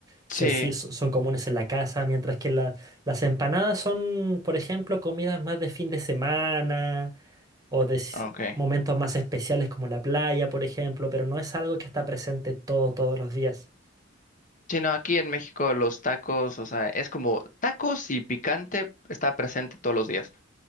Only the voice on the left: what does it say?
Sí.
Ok.
Sí, no, aquí en México los tacos, o sea, es como tacos y picante está presente todos los días,